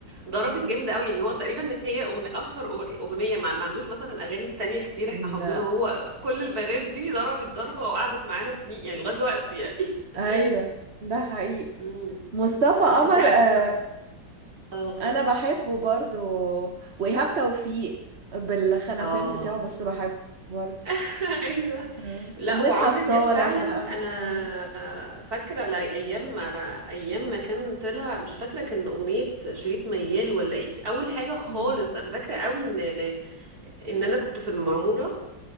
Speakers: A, on the right (about 55°); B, on the right (about 40°).
A: ضربت
B: مم.
A: جامد قوي يعني هو تقريبا هي اغنيه اشهر أغ- اغنيه ما ما عندوش مثلا اغاني تانية كتير احنا
B: لا
A: حافظينها هو كل البنات دي ضربت ضربه وقعدت معانا سنين يعني لغايه دلوقتي يعني <laughs>
B: ايوه ده حقيقي
A: امم
B: مصطفى قمر
A: انت عارفه
B: آه
A: اه
B: انا بحبه برضو وايهاب توفيق بالخنفان
A: اه
B: بتاعه بس بحبه برضو
A: <laughs> ايوه
B: آه.
A: لا
B: ومدحت
A: وعمرو
B: صالح
A: دياب فعلا
B: بقى
A: انا
B: آه.
A: فاكره لا- ايام ما ايام ما كان طلع مش فاكره كان اغنيه شريط ميال ولا ايه اول حاجه خالص
B: مم.
A: انا فاكره قوي ان ان انا كنت في المعموره